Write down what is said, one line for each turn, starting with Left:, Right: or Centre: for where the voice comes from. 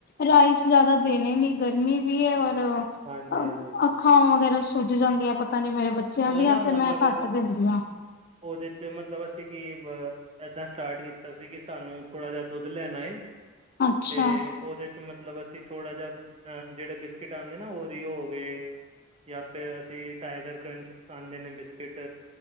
Left: ਰਾਈਜ਼ ਜ਼ਿਆਦਾ ਦੇਣੇ ਨੀ ਗਰਮੀ ਵੀ ਏ ਔਰ ਅ
Right: ਹਾਂਜੀ ਹਾਂਜੀ
Left: ਅੱਖਾ ਵਗੈਰਾ ਸੁੱਜ ਜਾਂਦੀਆਂ ਪਤਾ ਨੀ ਮੇਰੇ ਬੱਚ ਬੱਚਿਆਂ
Right: ਉਹ
Left: ਦੀਆਂ
Right: ਨਾ
Left: ਤੇ
Right: ਮਤਲਬ
Left: ਮੈਂ ਘੱਟ ਦਿੰਦੀ ਹਾਂ।
Right: ਉਹਦੇ ਚ ਮਤਲਬ ਅਸੀਂ ਕਿ ਬ ਏਦਾਂ ਸਟਾਰਟ ਕੀਤਾ ਸੀ ਕਿ ਸਾਨੂੰ ਥੋੜਾ ਜਿਹਾ ਦੁੱਧ ਲੈਣਾ ਏ,
Left: ਅੱਛਾ
Right: ਤੇ ਉਹਦੇ ਚ ਮਤਲਬ ਅਸੀਂ ਥੋੜਾ ਜਿਹਾ ਅ ਜਿਹੜੇ ਬਿਸਕਿਟ ਆਂਦੇ ਨਾ ੳਰੀੳ ਹੋ ਗਏ। ਜਾਂ ਫੇਰ ਅਸੀਂ ਟਾਈਗਰ ਕਰੰਚ ਆਂਦੇ ਨੇ ਬਿਸਿਕਿਟ